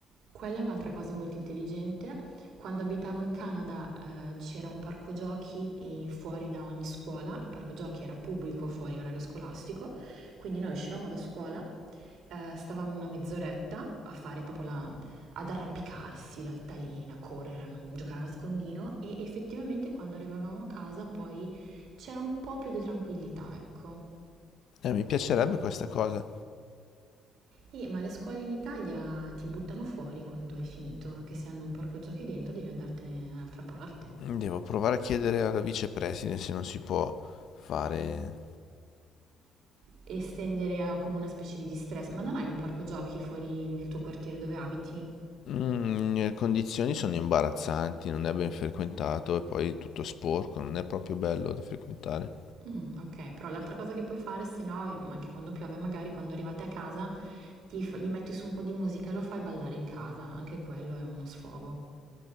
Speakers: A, on the right; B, on the left.
A: Quella è un'altra cosa molto intelligente. Quando abitavo in Canada, eh, c'era un parco giochi eh, fuori da ogni scuola, il parco giochi era pubblico fuori orario scolastico, quindi noi uscivamo da scuola, eh, stavamo una mezz'oretta a fare proprio la, ad arrampicarsi, l'altalena, correre, a- giocare a nascondino e effettivamente quando arrivavamo a casa poi c'era un po' più di tranquillità, ecco.
B: Eh, mi piacerebbe questa cosa.
A: Eh, ma le scuole in Italia ti buttano fuori quando hai finito, anche se hanno un parco giochi dentro, devi andartene in un'altra parte.
B: Devo provare a chiedere alla vicepresidente se non si può fare.
A: E estendere a- come una specie di distress. Ma non hai un parco giochi fuori nel tuo quartiere dove abiti?
B: Mm, le condizioni sono imbarazzanti, non è ben frequentato e poi è tutto sporco, non è proprio bello da frequentare.
A: Mm, ok, però l'altra cosa che puoi fare, se no, eh, ma anche quando piove, magari quando arrivate a casa, gli, f- gli metti su un po' di musica e lo fai ballare in casa, anche quello è uno sfogo.